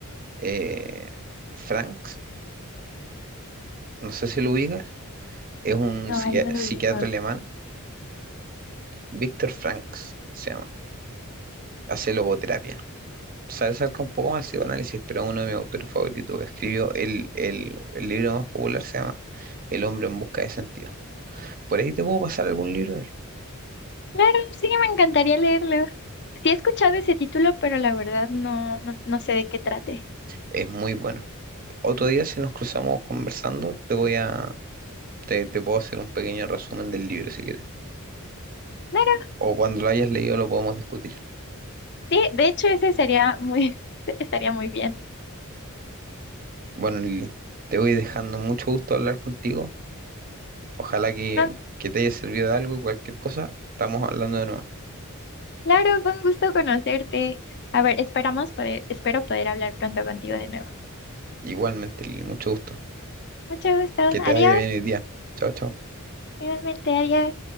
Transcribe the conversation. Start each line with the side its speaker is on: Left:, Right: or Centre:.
Right: eh, Franks, no sé si lo ubicas, es un
Left: no,
Right: psiqui-
Left: ahí no lo
Right: psiquiatra
Left: ubico.
Right: alemán, Viktor Franks se llama, hace logoterapia. se acerca un poco más al psicoanálisis, pero uno de mis autores favoritos escribió el, el, el libro más popular, se llama El hombre en busca de sentido. Por ahí te puedo pasar algún libro de él.
Left: Claro, sí, me encantaría leerlo. Sí he escuchado ese título, pero la verdad no, no, no sé de qué trate.
Right: Es muy bueno. Otro día, si nos cruzamos conversando, te voy a, te, te puedo hacer un pequeño resumen del libro si quieres.
Left: Claro,
Right: O cuando lo hayas leído lo podemos discutir.
Left: sí, de hecho ese sería muy, <laughs> estaría muy bien.
Right: Bueno, Lili, te voy dejando mucho gusto hablar contigo. Ojalá que,
Left: Ah,
Right: que te haya servido de algo y cualquier cosa, estamos hablando de nuevo.
Left: claro, fue un gusto conocerte. A ver, esperamos poder, espero poder hablar pronto contigo de nuevo.
Right: Igualmente, Lili, mucho gusto.
Left: Mucho gusto.
Right: Que
Left: Adiós.
Right: te vaya bien el día. Chao, chao.
Left: Igualmente, adiós.